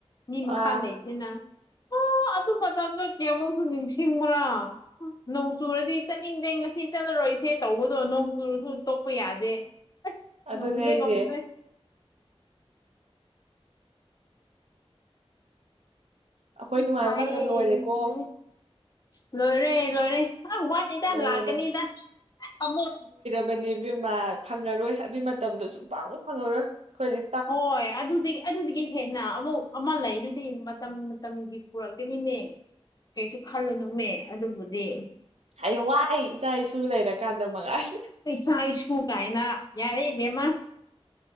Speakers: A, on the left (about 40°); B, on the right (about 80°).
A: ꯃꯤ ꯃꯈꯥ
B: ꯑꯥ
A: ꯂꯩꯕꯅꯤꯅ ꯑꯣ ꯑꯗꯨ ꯃꯇꯝꯗꫭ ꯀꯌꯥꯃꯨꯛꯁꯨ ꯅꯤꯡꯁꯤꯡꯕ꯭ꯔꯥ ꯅꯣꯡꯆꯨꯔꯗꯤ ꯆꯠꯅꯤꯡꯗ‌ꯦ ꯉꯁꯤ ꯆꯠꯂꯔꯣꯏꯁꯦ ꯇꯧꯕꯗꯣ ꯅꯣꯡ ꯆꯨꯁꯨ ꯇꯣꯛꯄ ꯌꯥꯗꯦ ꯑꯁ
B: ꯑꯗꯨꯅꯦ
A: ꯉꯝꯗ꯭ꯔ‌ꯦ
B: ꯑꯩꯁꯦ
A: ꯉꯝꯗ꯭ꯔ‌ꯦ
B: ꯑꯩꯈꯣꯏ ꯅꯨꯡꯉꯥꯏꯕ
A: ꯁꯥꯏꯌꯦ
B: ꯃꯇꯝ ꯂꯣꯏꯔꯦꯀꯣ
A: ꯁꯥꯏꯌꯦ ꯂꯣꯏꯔꯦ ꯂꯣꯏꯔꯦ ꯑ ꯋꯥꯠꯂꯤꯗ
B: ꯂꯣꯏꯔꯕꯅꯤ
A: ꯂꯥꯛꯀꯅꯤꯗ ꯑꯃꯨꯛ
B: ꯕꯅꯦꯏꯕ‌ꯦꯝꯃ ꯐꯪꯉꯔꯣꯏ ꯑꯗꯨꯏ ꯃꯇꯝꯗꯨ ꯁꯨꯡꯐꯪ ꯐꯪꯉꯔꯣꯏ ꯑꯩꯈꯣꯏꯗꯤ
A: ꯍꯣꯏ ꯑꯗꯨꯗꯤ ꯑꯗꯨꯗꯒꯤ ꯍꯦꯟꯅ ꯑꯃꯨꯛ ꯑꯃ ꯂꯩꯗꯨꯗꯤ ꯃꯇꯝ ꯃꯇꯝꯒꯤ ꯄꯨꯔꯛꯀꯅꯤꯅꯦ ꯀꯩꯁꯨ ꯈꯜꯂꯨ ꯅꯨꯝꯃꯦ ꯑꯗꯨꯕꯨꯗꯤ
B: ꯍꯌꯦꯋꯥꯏ ꯏꯆꯥ ꯏꯁꯨ ꯂꯩꯔꯀꯥꯟꯗ ꯃꯉꯥꯏꯔꯦ
A: ꯏꯁꯥ ꯏꯁꯨ ꯀꯥꯏꯅ ꯌꯥꯔꯦ ꯏꯕꯦꯝꯃ